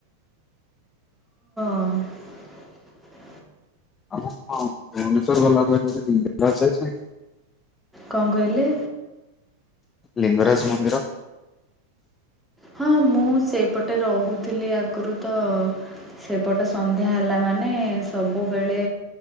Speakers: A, in the centre; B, on the left (about 20°).
A: ହଁ।
B: ଆ ଭୁବନେଶ୍ଵର ଗଲା ପରେ ବି ହେଇଛି?
A: କଣ କହିଲେ?
B: ଲିଙ୍ଗରାଜ ମନ୍ଦିର?
A: ହଁ ମୁଁ ସେଇପଟେ ରହୁଥିଲି ଆଗରୁ ତ ସେପଟ ସନ୍ଧ୍ୟା ହେଲା ମାନେ ସବୁବେଳେ